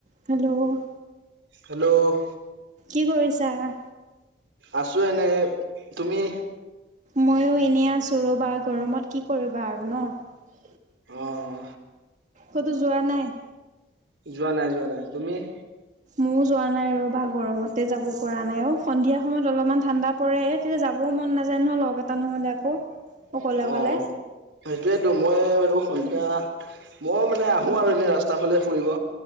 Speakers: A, on the right; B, on the right.
A: Hello'-
B: hello'-
A: কি কৰিছা-
B: আছোঁ এনে তুমি-
A: ময়ো এনে আছোঁ ৰ'বা গৰমত কি কৰিবা আৰু ন-
B: অ-
A: কতো যোৱা নাই?
B: যোৱা নাই যোৱা নাই তুমি-
A: মোৰ যোৱা নাই- নাই ৰ বা গৰমতে যাব পৰা নাই সন্ধিয়া সময়ত অলপমান ঠাণ্ডা পৰে তেতিয়া যাবও মন নাযায় নহয় - লগ এটা নহ'লে আকৌ- অকলে অকলে
B: অ সেইটোয়েতো মই এই- সন্ধিয়া বৰ মানে আহোঁ আৰু এনে ৰাস্তা ফালে ফুৰিব